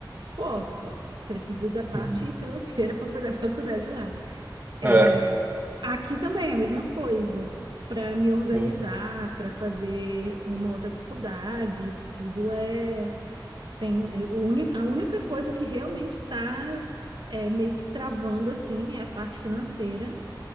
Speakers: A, on the right; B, on the right.
A: Posso. Preciso da parte
B: Uhum.
A: financeira <laughs> para fazer a faculdade lá. É,
B: É.
A: aqui também é a mesma coisa. Para me organizar,
B: Sim.
A: para fazer uma outra faculdade, isso tudo é tem é, o uni- a única coisa que realmente está meio que travando assim é a parte financeira